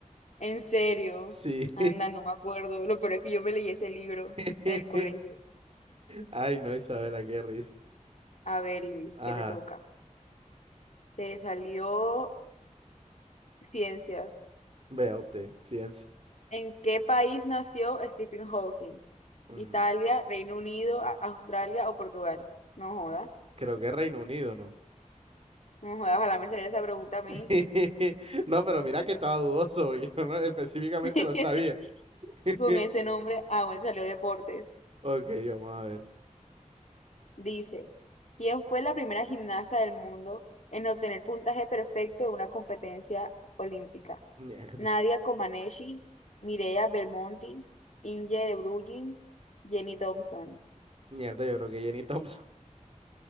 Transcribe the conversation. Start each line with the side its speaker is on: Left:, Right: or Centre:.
Left: En serio.
Right: sí.
Left: Anda, no me acuerdo. Lo peor es que yo me leí ese libro
Right: <laughs>
Left: en el colegio.
Right: Ay, no, Isabela, qué risa.
Left: A ver, Luis,
Right: Ajá,
Left: ¿qué te toca? Te salió ciencia.
Right: vea usted, ciencia.
Left: ¿En qué país nació Stephen Hawking?
Right: Ujú.
Left: ¿Italia, Reino Unido, A- Australia o Portugal? No joda.
Right: Creo que Reino Unido, ¿no?
Left: No joda, ojalá me saliera esa pregunta a mí.
Right: <laughs> No, pero mira que estaba dudoso, porque yo no- específicamente
Left: <laughs>
Right: no sabía. <laughs>
Left: Con ese nombre, ah, bueno, salió deportes.
Right: Ok, vamos a ver.
Left: Dice, ¿quién fue la primera gimnasta del mundo en obtener puntaje perfecto en una competencia olímpica?
Right: Mierda,
Left: Nadia Comaneci, Mireia Belmonte, Inge de Bruijn, Jenny Thompson.
Right: mierda, yo creo que Jenny Thompson. <laughs>